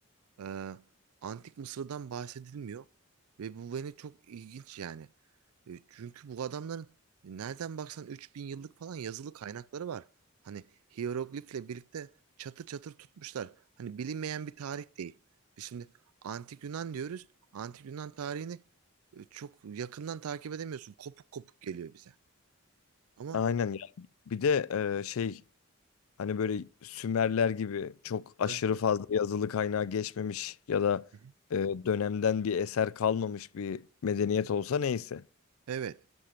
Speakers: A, on the right; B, on the left.
A: ee, Antik Mısır'dan bahsedilmiyor ve bu beni çok ilginç yani. E, Çünkü bu adamların nereden baksan 3000 yıllık falan yazılı kaynakları var. Hani hiyeroglifle birlikte çatır çatır tutmuşlar. Hani bilinmeyen bir tarih değil. Biz şimdi Antik Yunan diyoruz. Antik Yunan tarihini e, çok yakından takip edemiyorsun. Kopuk kopuk geliyor bize. Ama
B: Aynen ya. Bir de e, şey Hani böyle Sümerler gibi çok aşırı
A: Evet.
B: fazla yazılı kaynağa geçmemiş ya da
A: Hı hı.
B: e, dönemden bir eser kalmamış bir medeniyet olsa neyse.
A: evet.